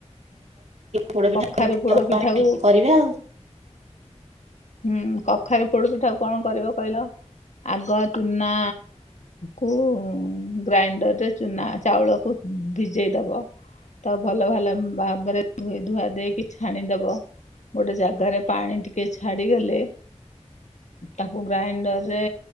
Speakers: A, on the right; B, on the left.
A: ପୋଡ ପିଠା
B: କଖାରୁ ପୋଡ ପିଠାକୁ
A: କରିବା ଆଉ
B: ହୁଁ କଖାରେ ପୋଡୁଛିି, ଠାକୁ କଣ କରିବ କହିଲ। ଆଗ ଚୁନା କୁ ଗ୍ରାଇଣ୍ଡରରେ ଚୁନା ଚାଉଳକୁ ଭିଜେଇ ଦବ ତ ଭଲ ଭଲ ଭାବରେ ଧୋଇ ଧୁଆ ଦେଇକି ଛାଣିଦବ ଗୋଟେ ଜାଗାରେ ପାଣି ଟିକେ ଛାଡିଗଲେ। ତାକୁ ଗ୍ରାଇଣ୍ଡର ରେ